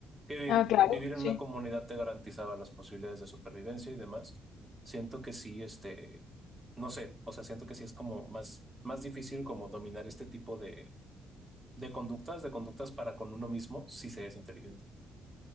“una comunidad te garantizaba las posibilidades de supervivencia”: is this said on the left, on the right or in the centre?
Right